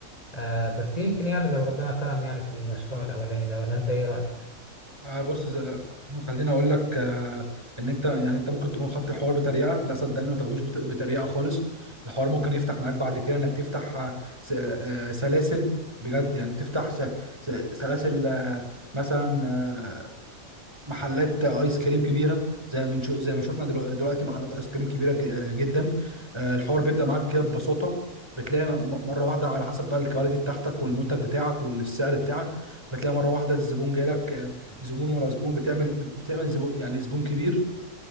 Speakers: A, on the left; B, on the right.
A: آه، بس يمكن يعني لو ربنا كرم يعني في المشروع الأولاني ده ولا أنت إيه رأيك؟
B: آه بص ز- <clears throat> خليني اقول لك آه ان انت يعني انت ممكن تكون خدت الحوار بتريقه لا صدقني ما تاخدوش بت- بتريقه خالص الحوار ممكن يفتح معاك بعد كده انك تفتح آه، س- آه، سلاسل بجد يعني تفتح س- س- سلاسل آه، مثلا آه، محلات ايس كريم كبيره زي ما نشو- زي ما شفنا دلو- دلوقتي محلات ايس كريم كبيره ج- آه، جدا آه، الحوار بيبدا معاك كده ببساطه بتلاقي م- مره واحده على حسب بقى الكواليتي بتاعتك والمنتج بتاعك والسعر بتاعك بتلاقي مره واحده الزبون جالك آه، زبون ورا زبون بتعمل بت- بتعمل زبون يعني زبون كبير